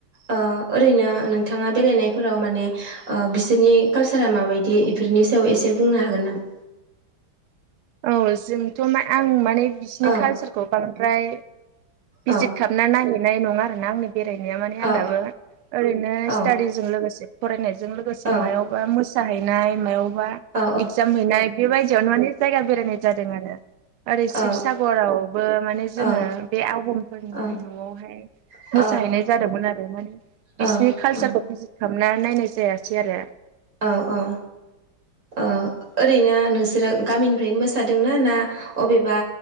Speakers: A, on the right; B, on the right.
A: ओ- ओरैनो नों बिथाङा बेरायनायफोराव माने ओ-बिसोरनि काल्सारा माबायदि बेफोरनि सायाव एसे बुंनो हागोन नामा?
B: औ जोंथ' मा आं माने। बिसिनि
A: औ
B: कालसारखौ बांद्राय भिजित
A: औ
B: खालामना नाय नाय नङा आरोना आंनि बेरायनाया माने
A: औ
B: आंनाबो ओरैनो
A: औ
B: स्टाडिजों लोगोसे। फरायनाय। जों लोगोसे
A: औ
B: मायावबा मोस जाहैनाय मायाव। बा
A: औ
B: इगजाम हैनाय बेबायदियावनो माने। बारायनाय जादों। दों आरो। ओरै शिबसागरावबो
A: औ
B: माने जोंङो
A: औ
B: बे आबमफोरनि
A: औ
B: न'आवहाय
A: औ
B: मोसाहैनाय जादोंमोन आरो माने
A: औ
B: बिसिनि कालचारखौ
A: औ
B: बिजिर हाबना नायनाय जायासै आरो
A: औ औ औ ओरैनो नोंसोरो गामिनिफ्रायनो मोसादोंना ना अबेबा